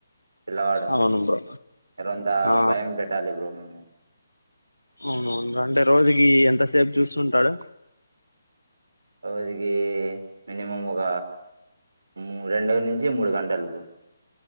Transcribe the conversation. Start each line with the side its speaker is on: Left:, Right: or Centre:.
Right: పిల్లవాడు
Left: అవును బ్రో
Right: రొంత
Left: ఆ
Right: భయం పెట్టాలి బ్రో మేము.
Left: అవునవును అంటే రోజుకి ఎంతసేపు చూస్తుంటాడు.
Right: రోజుకి మినిమం ఒక ము రెండు నుంచి మూడు గంటలు బ్రో.